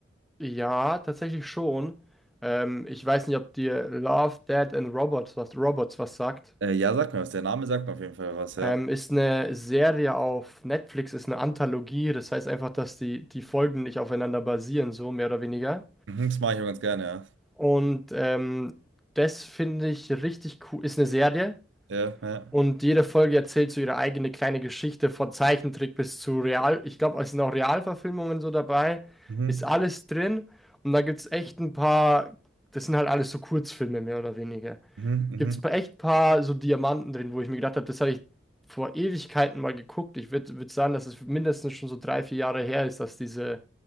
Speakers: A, in the centre; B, on the right (about 80°).
A: Ja, tatsächlich schon. Ähm, ich weiß nicht, ob dir Love, Dead and Robots was, Robots was sagt.
B: Äh, ja, sag mir was. Der Name sagt mir auf jeden Fall was, ja.
A: Ähm, ist eine Serie auf Netflix, ist eine Anthologie. Das heißt einfach, dass die, die Folgen nicht aufeinander basieren, so mehr oder weniger.
B: Mhm, das mache ich auch ganz gerne, ja.
A: Und ähm, das finde ich richtig cool. Ist eine Serie.
B: Ja, ja.
A: Und jede Folge erzählt so ihre eigene kleine Geschichte, von Zeichentrick bis zu Real. Ich glaube, es sind auch Realverfilmungen so dabei.
B: Mhm,
A: Ist alles drin. Und da gibt es echt ein paar, das sind halt alles so Kurzfilme mehr oder weniger.
B: mhm, mhm,
A: Gibt es echt ein paar so Diamanten drin, wo ich mir gedacht habe, das habe ich vor Ewigkeiten mal geguckt. Ich würde würd sagen, dass es mindestens schon so drei, vier Jahre her ist, dass diese